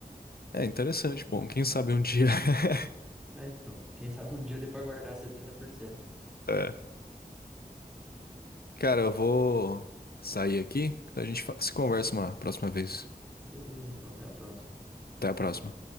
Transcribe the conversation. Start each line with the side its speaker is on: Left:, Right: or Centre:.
Left: É interessante. Bom, quem sabe um dia. <laughs>
Centre: É, então, quem sabe um dia dê pra guardar setenta por cento
Left: É. Cara, eu vou sair aqui, então a gente fa- se conversa uma próxima vez.
Centre: Beleza, então, até a próxima.
Left: Até a próxima.